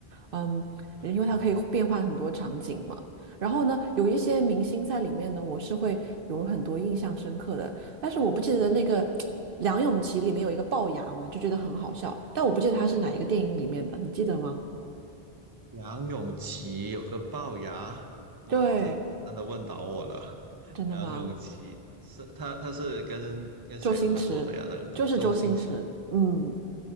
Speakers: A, on the right; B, on the right.
A: 嗯，
B: 对。
A: 因为它可以变换很多场景嘛。然后呢，有一些明星在里面呢，我是会有很多印象深刻的。但是我不记得那个 <tsk> 梁咏琪里面有一个龅牙嘛，就觉得很好笑。但我不记得他是哪一个电影里面的，你记得吗？
B: 梁咏琪有个龅牙，哇，
A: 对，
B: 这这真的问倒我了。<laughs>
A: 真的吗？
B: 梁咏琪是他，他是跟跟谁合作的呀？
A: 周星驰，
B: 那个的周星驰
A: 就是周星驰。嗯，